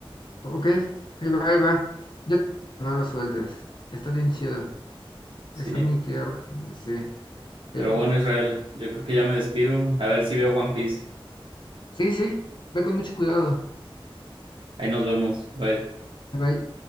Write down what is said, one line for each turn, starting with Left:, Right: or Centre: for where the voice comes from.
Left: ok, ahí va, ahí va. Yo no lo sueldes. Está bien chido.
Right: Sí.
Left: Está muy tierno. y Sí,
Right: Pero
Left: el...
Right: bueno, Israel, yo creo que ya me despido. A ver si veo One Piece.
Left: sí, sí, ve con mucho cuidado.
Right: Ahí nos vemos. Bye.
Left: Bye.